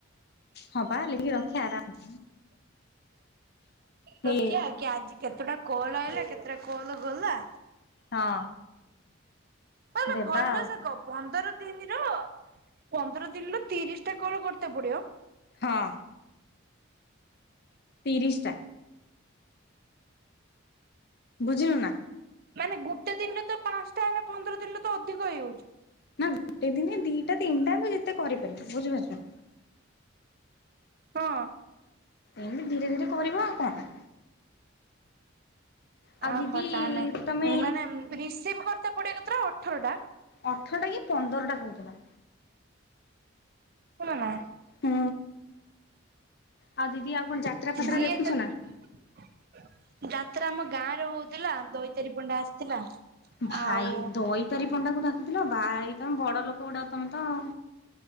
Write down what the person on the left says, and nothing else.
ହଁ ପା ଲେଖି ରଖି ଆରାମ ହେ
ହଁ।
ଦେବା
ଆଉ
ହଁ ତିରିଶଟା। ବୁଝିଲୁ ନା?
ନା ଗୋଟେ ଦିନେ ଦିଟା ତିନିଟା ତୁ ଯେତେ କରିପାରିବୁ ବୁଝିପାରୁଛୁ?
ଏମିତି ଧୀରେ ଧୀରେ କରିବ ଆଉ କଣ। ଆଉ
ଦିଦି
ତମେ
ଅଠରଟା କି ପନ୍ଦରଟା କହୁଥିଲା।
ହୁଁ। ଆଉ ଦିଦି ଆଉ କଣ ଯାତ୍ରା ଫାତ୍ରା
ଦେଖୁଛ
ନା
ଭାଇ
ଦଇତାରି ପଣ୍ଡାକୁ କିଥିଲ ଭାଇ ତମେ ବଡ ଲୋକ ଗୋଡା ତମେ ତ ଆଉ।